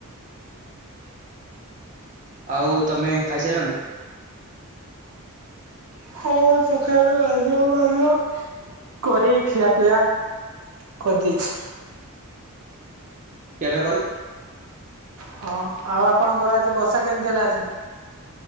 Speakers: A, on the right; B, on the right.
A: ଆଉ ତମେ ଖାଇସାଇଲଣି?
B: ହଁ ସଖାଲୁ ଗାଧୁଆ ପାଧୁଆ କରି ଖିଆ ପିଆ କରିଦେଇଛି।
A: କେବେ କରୁ
B: ହଁ ଆଉ ଆପଣଙ୍କର ଆଜି ବର୍ଷା କେମିତି ହେଲା ଆଜି?